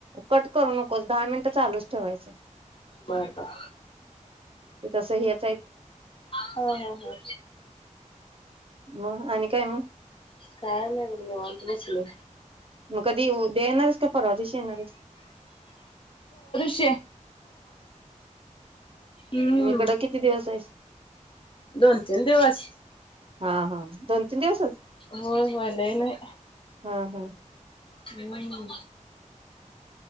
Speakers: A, on the right; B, on the left.
A: कट करू न मग. दहा मिनिटं चालूच ठेवायचं.
B: बर, बर
A: ते तसं हे
B: हा हा हा
A: मग आणि काय मग?
B: काय नाही बघ निवांत बसले.
A: मग कधी उद्या येणार हाईस काय परवा दिेवशी येणार हाईस?
B: शे हम्म
A: म इकडं किती दिवस आहेस
B: दोन तीन दिवस.
A: हा हा दोन तीन दिवसच
B: होय होय लई नई.
A: हा हा
B: हम्म